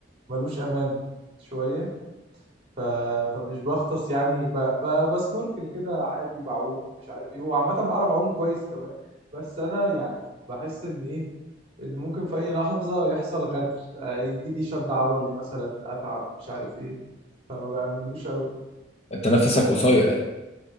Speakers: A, on the right; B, on the left.
A: ملوش امان شوية ف... فمش بغطس يعني ب... ب... بسنوركل كده عادي بعوم مش عارف ايه وعامة بعرف اعوم كويس كمان بس انا يعني بحس ان ايه ان ممكن في اي لحظة يحصل غدر آه، يجي لي شد عضلي مثلا اتعب مش عارف ايه فما بعملوش قوي
B: انت نفسك قصير يعني